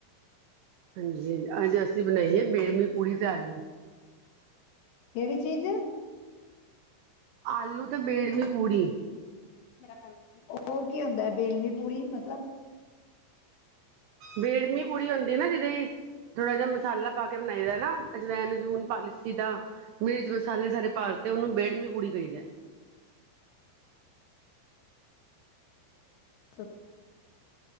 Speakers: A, on the right (about 90°); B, on the left (about 70°).
A: ਹਾਂਜੀ ਅੱਜ ਅਸੀਂ ਬਣਾਈ ਬੇੜਮੀਂ ਪੂੜੀ ਤੇ ਆਲੂ
B: ਕਿਹੜੀ ਚੀਜ਼
A: ਆਲੂ ਤੇ ਬੇੜਨੀ ਪੂੜੀ
B: ਮੇਰਾ ਕੱਲ ਉਹ ਕੀ ਹੁੰਦਾ ਹੈ ਬੇਲਮੀ ਪੂੜੀ ਮਤਲਬ
A: ਬੇੜਮੀ ਪੁੜੀ ਹੁੰਦੀ ਨਾ ਜਿਹਦੇ ਥੋੜਾ ਜਿਹਾ ਮਸਾਲਾ ਪਾ ਕੇ ਬਣਾਏ ਦਾ ਨਾ ਅਜਵੈਨ ਜੂਨ ਪਾਲਸੀ ਦਾ ਮਿਰਜ਼ ਮਸਾਲੇ ਸਾਰੇ ਭਰ ਤੇ ਉਹਨੂੰ ਬੇੜਮੀ ਪੂੜੀ ਕਈ ਦਾ ਹੈ।
B: <unintelligible>